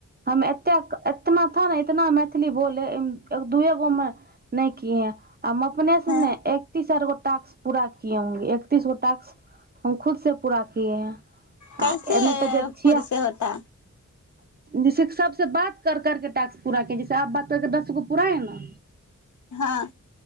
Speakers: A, on the right; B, on the left.
A: हम एतेक इतना थ ने इतना मैथिली बोले एक दूए गो मे नहि किए है हम अपने से
B: हँ
A: ने एकतीस आार गो टास्क पूरा किये होंगे एकतीस गो टक्स हम खुद से पूरा किये है
B: कैसे
A: नहि तऽ जे् छीया
B: खुद से होता
A: जैसे सबसे बात कर करके टाक्स पूरा किजिए जैसे आज बात करके दस गो पूराये है न
B: हँ